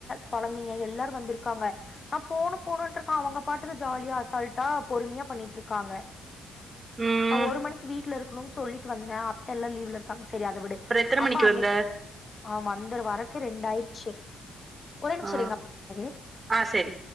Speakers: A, on the left; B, on the right.
A: கொழந்தைங்க எல்லாரு வந்துருக்காங்க நா போணு போணுன்ட்ருக்க அவங்க பாட்டுக்கு ஜாலியா அசால்ட்டா பொறுமையா பண்ணிட்ருக்காங்க
B: ம்
A: நா ஒரு மணிக்கு வீட்ல இரு குனு சொல்லிட்டு வந்த அத்த எல்லா லீ்வ்ல இருக்காங்க ச சேரி அத விடு
B: அப்றோ எத்தன
A: அப்போ
B: மணிக்கு
A: அன்னைக்
B: வந்த
A: ஆமா வந்துர வரக்கி ரெண்டயிருச்சு ஒரு நிமிஷோ
B: ஆ
A: இருங்க <inaudible>
B: ஆ செரி